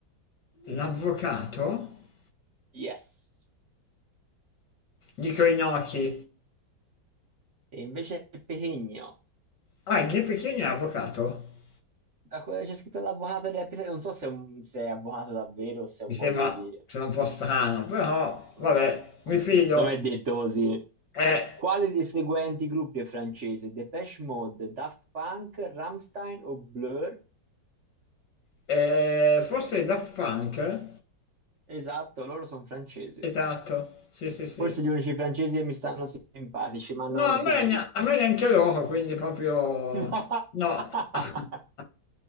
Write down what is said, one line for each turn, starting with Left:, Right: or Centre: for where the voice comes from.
Left: L'avvocato?
Right: Yes.
Left: Dico Inoki.
Right: E invece Pechegno.
Left: Ah, il Pechino è avvocato?
Right: Da quello che c'è scritto l'avvocato del rap italiano, non so se è, un- se è avvocato davvero o se è
Left: Mi
Right: un
Left: sembra,
Right: modo di
Left: mi
Right: dire.
Left: sembra un po' strano, però vabbè,
Right: Mm, anch'io.
Left: mi fido.
Right: Insomma, è detto così.
Left: Eh,
Right: Quale dei seguenti gruppi è francese? Depeche Mode, Daft Punk, Rammstein o Blur?
Left: Eh, forse Daft Punk?
Right: Esatto, loro sono francesi.
Left: Esatto, sì, sì, sì.
Right: Forse gli unici francesi che mi stanno simpatici, ma no,
Left: No,
Right: non
Left: a
Right: si
Left: me,
Right: può
Left: ne-
Right: dire.
Left: a me neanche loro, quindi proprio...
Right: <laughs>
Left: No. <laughs>